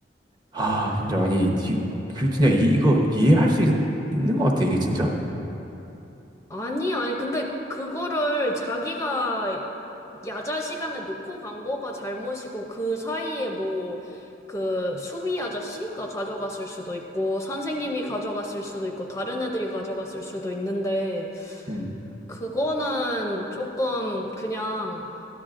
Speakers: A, on the right; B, on the left.
A: 아 진짜 아니 니- 그 진짜 이, 이거 이해할 수 있, 는것 같아 이게 진짜.
B: 아니, 아니, 근데 그거를 자기가 야자 시간에 놓고 간 거가 잘못이고 그 사이에 뭐 그 수비 아저씨가 가져갔을 수도 있고 선생님이 가져갔을 수도 있고 다른 애들이 가져갔을 수도 있는데
A: 음.
B: 그거는 조금 그냥